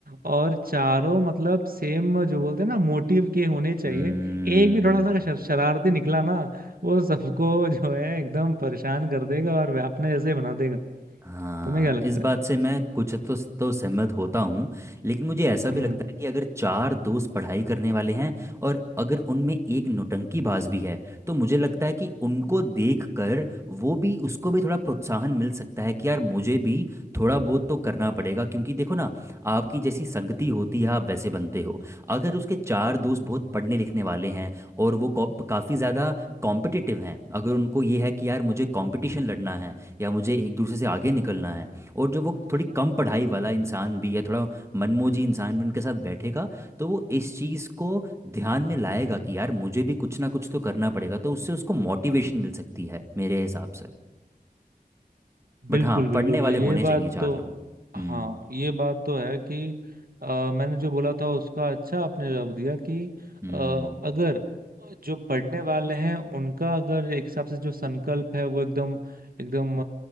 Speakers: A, on the right; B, on the right.
A: और चारों मतलब सेम जो बोलते हैं ना मोटिव के होने चाहिए
B: हम्म,
A: एक भी थोड़ा सा अगर शर, शरारती निकला ना वो सबको <laughs> जो है एकदम परेशान कर देगा और वे अपने जैसे बना देगा
B: हाँ
A: तुम्हें क्या लगता
B: इस बात
A: है
B: से मैं कुछ तो तो सहमत होता हूँ लेकिन मुझे ऐसा भी
A: हम्म
B: लगता है कि अगर चार दोस्त पढ़ाई करने वाले हैं और अगर उनमें एक नौटंकीबाज भी है तो मुझे लगता है कि उनको देख कर वो भी उसको भी थोड़ा प्रोत्साहन मिल सकता है कि यार मुझे भी थोड़ा बहुत तो करना पड़ेगा क्योंकि देखो ना आपकी जैसी संगति होती है आप वैसे बनते हो अगर उसके चार दोस्त बहुत पढ़ने लिखने वाले हैं और वो काफ़ी ज़्यादा कॉम्पिटिटिव हैं अगर उनको ये है कि यार मुझे कॉम्पिटिशन लड़ना है या मुझे एक दूसरे से आगे निकलना है और जो वो थोड़ी कम पढ़ाई वाला इंसान भी या थोड़ा मनमोजी इंसान भी उनके साथ बैठेगा तो वो इस चीज़ को ध्यान में लाएगा कि यार मुझे भी कुछ ना कुछ तो करना पड़ेगा तो उससे उसको मोटिवेशन मिल सकती है मेरे हिसाब से बट
A: बिल्कुल
B: हाँ
A: बिल्कुल
B: पढ़ने
A: भाई
B: वाले
A: ये
B: होने
A: बात
B: चाहिए चार
A: तो
B: लोग हम्म
A: हाँ ये बात तो है कि अ, मैंने जो बोला था उसका अच्छा आपने जवाब दिया कि
B: हम्म
A: अ, अगर जो पढ़ने वाले हैं उनका अगर एक हिसाब से जो संकल्प है वो एकदम एकदम